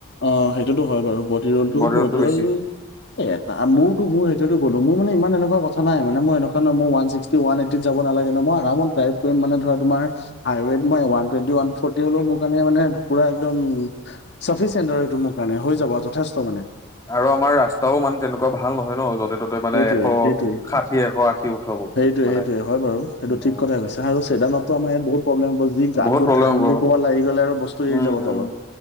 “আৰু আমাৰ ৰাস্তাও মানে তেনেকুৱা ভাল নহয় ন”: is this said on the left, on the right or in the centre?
Left